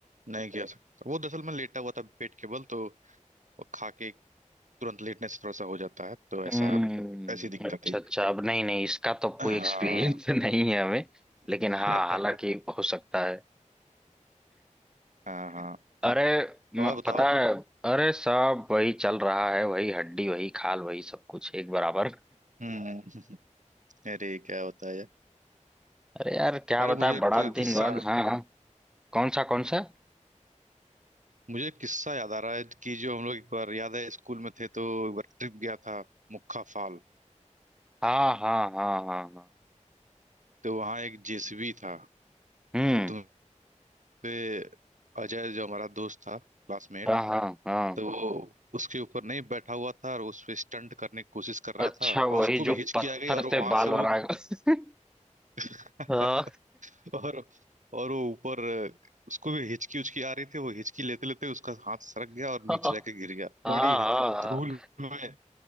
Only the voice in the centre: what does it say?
हम्म
अच्छा
अच्छा अब नहीं नहीं इसका तो अब कोई
एक्सपीरियंस <laughs> नहीं है हमें
लेकिन हाँ हालांकि हो सकता है
अरे
म-
पता है अरे सब वही चल रहा है वही हड्डी वही खाल वही सब कुछ एक बराबर
अरे यार क्या
बताए
बड़ा दिन
बाद हाँ हाँ कौन सा कौन सा
हाँ हाँ हाँ हाँ हाँ
हम्म
हाँ हाँ हाँ
अच्छा
वही
जो
पत्थर
से
बाल
बनाएगा <laughs>
हाँ
हाँ
हाँ
हाँ।